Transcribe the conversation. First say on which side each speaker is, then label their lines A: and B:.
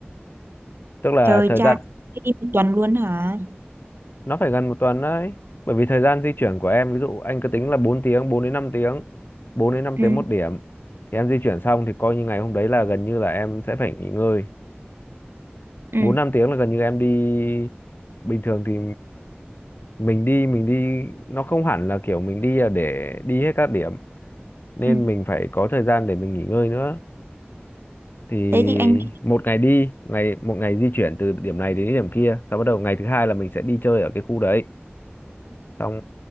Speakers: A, on the left; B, on the right.
A: tức là
B: trời
A: thời
B: cha
A: gian
B: thế đi một tuần luôn hả
A: nó phải gần một tuần đấy bởi vì thời gian di chuyển của em ví dụ anh cứ tính là bốn tiếng bốn đến năm tiếng bốn đến năm
B: ừ
A: tiếng một điểm thì em di chuyển xong thì coi như ngày hôm đấy là gần như là em sẽ phải nghỉ ngơi
B: ừ
A: bốn năm tiếng là gần như em đi bình thường thì mình đi mình đi nó không hẳn là kiểu mình đi là để đi hết các điểm nên
B: Ừ.
A: mình phải có thời gian để mình nghỉ ngơi nữa thì
B: Thế thì anh
A: một ngày đi ngày một ngày di chuyển từ điểm này đến điểm kia sau bắt đầu ngày thứ hai là mình sẽ đi chơi ở cái khu đấy xong